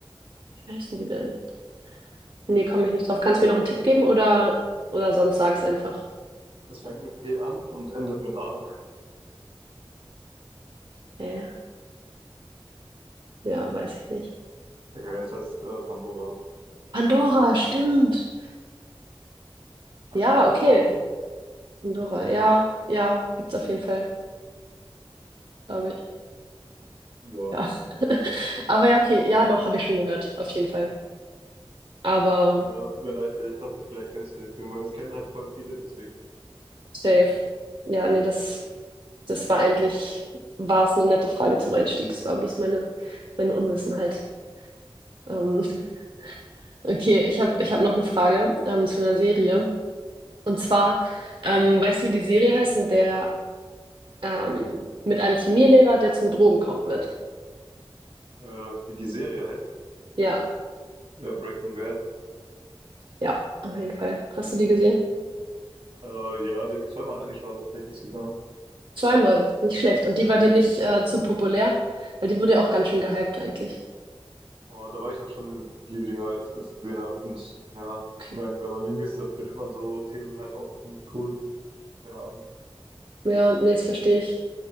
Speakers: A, on the right; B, on the right.
A: wie heißen die denn? Nee, komme ich nicht drauf. Kannst du mir noch einen Tipp geben oder, oder sonst sag's einfach.
B: Es fängt mit P an und endet mit A.
A: Äh, ja, weiß ich nicht.
B: Okay, das heißt äh, Pandora.
A: Pandora, stimmt. Ja,
B: Heißt der Schmuck
A: okay.
B: auch so?
A: Pandora. Ja, ja, gibt's auf jeden Fall, glaube ich.
B: Ja.
A: Ja. <laughs> Aber ja, okay. Ja, doch, habe ich schon gehört. Auf jeden Fall. Aber
B: Ja, tut mir leid, ich dachte, vielleicht kennst du den Film, weil es kennen halt voll viele, deswegen,
A: safe. Ja, nee, das, das war eigentlich, war es eine nette Frage zum Einstieg. Es war bloß meine, meine Unwissenheit. Ähm, <laughs> okay, ich habe ich hab noch eine Frage ähm, zu einer Serie. Und zwar, ähm, weißt du, wie die Serie heißt, in der ähm, mit einem Chemielehrer, der zum Drogenkoch wird?
B: äh, wie die Serie heißt,
A: Ja,
B: äh, Breaking Bad.
A: ja, auf jeden Fall. Hast du die gesehen?
B: Äh, ja, die habe ich zweimal angeschaut, tatsächlich sogar.
A: Zweimal, nicht schlecht. Und die war dir nicht äh, zu populär, weil die wurde ja auch ganz schön gehypt eigentlich.
B: Aber da war ich auch schon viel jünger, als ich das gesehen habe. Und ja,
A: Okay.
B: ich meine, wenn man jung ist, dann findet man so Themen halt auch ziemlich cool und keine Ahnung.
A: Ja, nee, das verstehe ich.